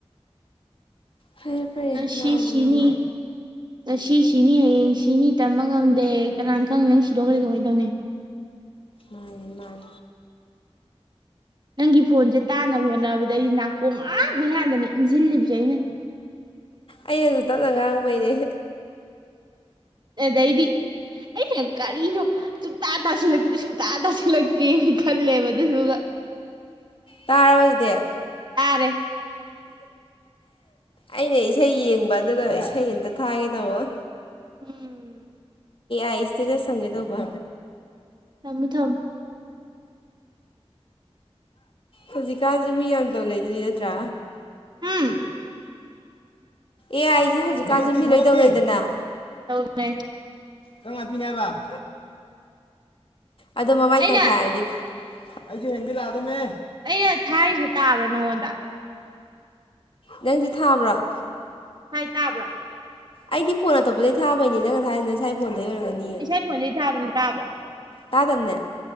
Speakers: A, on the left; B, on the right.
A: ꯐꯔꯦ ꯐꯔꯦ
B: ꯅꯁꯤꯁꯤꯅꯤ
A: ꯃꯥꯅꯤ
B: ꯅꯁꯤ ꯁꯤꯅꯤ ꯍꯌꯦꯡ ꯁꯤꯅꯤ ꯇꯝꯕ ꯉꯝꯗꯦ ꯀꯅꯥꯅ ꯈꯪꯉꯦ ꯅꯪ ꯁꯤꯗꯣ ꯀꯔꯤ ꯀꯃꯥꯏꯅ ꯇꯧꯅꯤ
A: ꯃꯥꯥꯏ ꯃꯥꯥꯏ
B: ꯅꯪꯒꯤ ꯐꯣꯟꯁꯦ ꯇꯥꯅꯕ ꯍꯣꯠꯅꯕꯗ ꯑꯩ ꯅꯥꯀꯣꯡ ꯉ ꯃꯩꯍꯥꯟꯗꯅ ꯏꯟꯁꯤꯜꯂꯤꯕꯁꯦ ꯑꯩꯅ
A: ꯑꯩꯅꯁꯨ ꯇꯞꯅ ꯉꯥꯡꯕꯩꯅꯦ
B: ꯑꯗꯩꯗꯤ ꯑꯩꯅ ꯀꯔꯤꯅꯣ ꯁꯨꯡꯇꯥ ꯇꯥꯁꯤꯜꯂꯛꯇ꯭ꯔꯦ ꯁꯨꯡꯇꯥ ꯇꯥꯁꯤꯜꯂꯛꯇ꯭ꯔꯦꯅ ꯈꯜꯂꯦꯕ ꯑꯗꯨꯁꯨꯒ <inaudible>
A: ꯇꯥꯔꯥꯕꯖꯇ
B: ꯇꯔꯦ
A: ꯑꯩꯅ ꯏꯁꯩ ꯌꯦꯡꯕ ꯑꯗꯨꯗ ꯏꯁꯩ ꯑꯃꯝꯇ ꯊꯥꯒꯦ ꯇꯧꯕ
B: ꯎꯝ
A: ꯑꯁꯇ ꯆꯁꯝꯒꯦ ꯇꯧꯕ
B: ꯊꯝꯃꯨ ꯊꯝꯃꯨ
A: ꯍꯧꯖꯤꯛꯀꯥꯟꯁꯦ ꯃꯤ ꯌꯥꯝ ꯇꯧꯅꯗꯨꯗꯤ ꯅꯠꯇ꯭ꯔꯥ
B: ꯎꯝ
A: ꯑꯦ ꯑꯩꯁꯦ ꯍꯧꯖꯤꯛꯀꯥꯟꯁꯨ ꯄꯤꯂꯣꯏ ꯇꯧꯅꯗꯅ
B: ꯥꯏ
A: ꯕ ꯑꯗꯣ ꯃꯃꯥꯏ
B: ꯑꯩꯅ
A: ꯇꯪꯈꯥꯏ ꯍꯥꯏꯕꯗꯤ ꯑꯩꯁꯨꯦ ꯍꯤꯟꯦꯟꯗꯤ ꯂꯥꯗꯃꯦ
B: ꯑꯩꯅ ꯊꯥꯏꯔꯤꯁꯦ ꯇꯥꯕ꯭ꯔꯥ ꯅꯉꯣꯟꯗ
A: ꯅꯪꯁ ꯊꯥꯕ꯭ꯔꯥ
B: ꯁꯥꯏ ꯇꯥꯕ꯭ꯔꯣ
A: ꯑꯩꯗꯤ ꯐꯣꯟ ꯑꯇꯣꯄꯗꯗꯒꯤ ꯊꯥꯕꯩꯅꯦ ꯅꯪ ꯉ ꯍꯥꯏꯅ ꯉꯁꯥꯏ ꯐꯣꯟꯗꯩ ꯑꯣꯏꯔꯝꯒꯅꯤꯌꯦ
B: ꯏꯁꯩ ꯈꯣꯟꯖꯩ ꯊꯥꯕꯅꯤ ꯇꯥꯕ꯭ꯔꯥ
A: ꯇꯥꯗꯕꯅꯦ